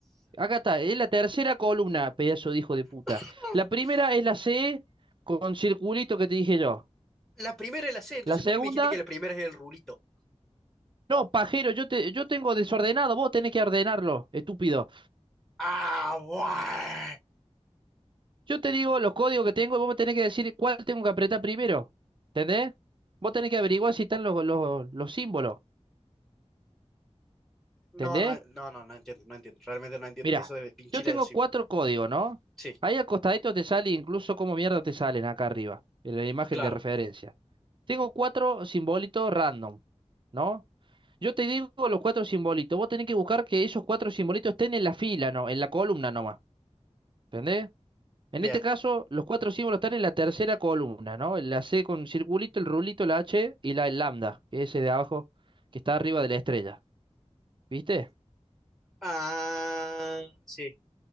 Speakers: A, on the right; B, in the centre.
A: Acá está, es la tercera columna, pedazo de hijo de puta.
B: <laughs>
A: La primera es la C con circulito que te dije yo.
B: La primera es la C. Entonces,
A: La segunda,
B: ¿por qué me dijiste que la primera es el rulito?
A: no, pajero, yo te, yo tengo desordenado, vos tenés que ordenarlo, estúpido.
B: Ah, guay.
A: Yo te digo los códigos que tengo y vos me tenés que decir cuál tengo que apretar primero. ¿Entendés? Vos tenés que averiguar si están los, los, los símbolos. ¿Entendés?
B: No, no, no, no, no entiendo, no entiendo. Realmente no entiendo
A: Mira,
B: eso de Pinchila
A: yo tengo
B: del símbolo
A: cuatro códigos, ¿no?
B: Sí,
A: Ahí al te sale incluso cómo mierda te salen acá arriba, en la imagen
B: claro.
A: de referencia. Tengo cuatro simbolitos random, ¿no? Yo te digo los cuatro simbolitos. Vos tenés que buscar que esos cuatro simbolitos estén en la fila, ¿no? En la columna nomás. ¿Entendés? En
B: Bien.
A: este caso, los cuatro símbolos están en la tercera columna, ¿no? La C con circulito, el rulito, la H y la lambda, que es ese de abajo, que está arriba de la estrella. ¿Viste?
B: Ah, sí.